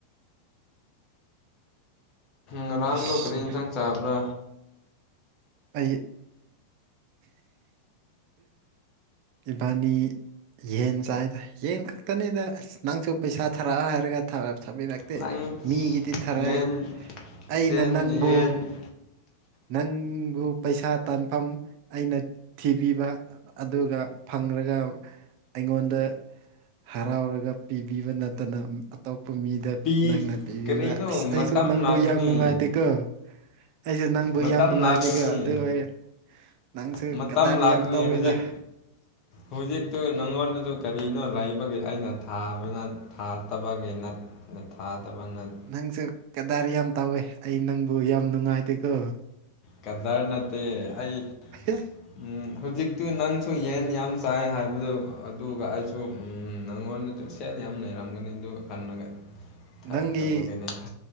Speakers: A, on the left; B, on the right.
A: ꯉꯔꯥꯡꯗꯣ
B: ꯑꯁ
A: ꯀꯔꯤ ꯏꯟꯁꯥꯡ ꯆꯥꯕ꯭ꯔꯥ
B: ꯑꯩ ꯏꯕꯥꯅꯤ ꯌꯦꯟ ꯆꯥꯏꯗ ꯌꯦꯟ ꯈꯛꯇꯅꯤꯗ ꯑꯥꯁ ꯅꯪꯁꯨ ꯄꯩꯁꯥ ꯊꯥꯔꯛꯑ ꯍꯥꯏꯔꯒ ꯊꯔꯛ ꯊꯥꯕꯤꯔꯛ ꯇꯦ
A: ꯅꯪ
B: ꯃꯤꯒꯤꯗꯤ ꯊꯔꯛꯑꯦ
A: ꯌꯦꯟ
B: ꯑꯩꯅ
A: ꯆꯦꯟ
B: ꯅꯪꯕꯨ
A: ꯌꯦꯟ
B: ꯅꯪꯕꯨ ꯄꯩꯁꯥ ꯇꯥꯟꯐꯝ ꯑꯩꯅ ꯊꯤꯕꯤꯕ ꯑꯗꯨꯒ ꯐꯪ꯭ꯒꯔꯒ ꯑꯩꯉꯣꯟꯗ ꯍꯔꯥꯎꯔꯒ ꯄꯤꯕꯤꯕ ꯅꯠꯇꯅ ꯑꯇꯣꯞꯄ ꯃꯤꯗ
A: ꯄꯤ
B: ꯅꯪꯅ ꯄꯤꯕꯤꯕ
A: ꯀꯔꯤꯅꯣ
B: ꯑꯁ
A: ꯃꯇꯝ
B: ꯑꯩꯁꯨ ꯅꯪꯕꯨ
A: ꯂꯥꯛꯀꯅꯤ
B: ꯌꯥꯝ ꯅꯨꯡꯉꯥꯏꯇꯦꯀꯣ ꯑꯩꯁꯨ ꯅꯪꯕꯨ
A: ꯃꯇꯝ
B: ꯌꯥꯝ ꯅꯨꯡꯉꯥꯏꯇꯦ
A: ꯂꯥꯛꯀꯅꯤ
B: ꯀꯣ ꯑꯗꯨ ꯑꯩ ꯅꯪꯁꯨ
A: ꯃꯇꯝ
B: ꯀꯗꯥꯔ
A: ꯂꯥꯛꯀꯅꯤ
B: ꯌꯥꯝ ꯇꯧꯋꯤꯗ
A: ꯍꯧꯖꯤꯛ ꯍꯧꯖꯤꯛꯇꯨ ꯅꯪꯉꯣꯟꯗꯖꯨ ꯀꯔꯤꯅꯣ ꯂꯩꯕꯒꯤ ꯑꯩꯅ ꯊꯥꯕꯅ ꯊꯥꯗꯕꯒꯤ ꯅꯠ ꯅꯠ ꯊꯥꯗꯕ ꯅꯠ
B: ꯅꯪꯁꯨ ꯀꯗꯔ ꯌꯥꯝ ꯇꯥꯎꯋꯦ ꯑꯩ ꯅꯪꯕꯨ ꯌꯥꯝ ꯅꯨꯡꯉꯥꯏꯇꯦꯀꯣ
A: ꯀꯗꯔ ꯅꯠꯇꯦ ꯑꯩ
B: ꯑꯦ
A: ꯎꯝ ꯍꯧꯖꯤꯛꯇꯨ ꯅꯪꯁꯨ ꯌꯦꯟ ꯌꯥꯝ ꯆꯥꯏ ꯍꯥꯏꯕꯗꯨ ꯑꯗꯨꯒ ꯑꯩꯁꯨ ꯎꯝ ꯅꯪꯉꯣꯟꯗꯗꯨ ꯁꯦꯜꯅ ꯌꯥꯝ ꯂꯩꯔꯝꯒꯅꯤ ꯑꯗꯨ ꯍꯟꯅꯒ ꯊꯥꯔꯛꯇꯕꯒꯤꯅꯤꯗ
B: ꯅꯪꯒꯤ